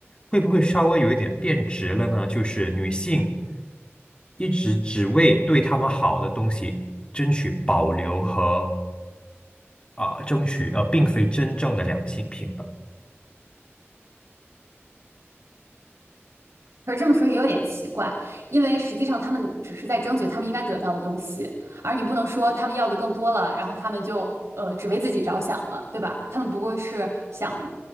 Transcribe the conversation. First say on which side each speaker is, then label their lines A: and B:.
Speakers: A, on the left (about 25°); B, on the right (about 80°).
A: 会不会稍微有一点变质了呢？就是女性一直只为对她们好的东西争取保留和啊、争取，呃，并非真正的两性平等。
B: 可是这么说也有点奇怪，因为实际上他们只是在争取他们应该得到的东西，而你不能说他们要的更多了，然后他们就呃只为自己着想了，对吧？他们不过是想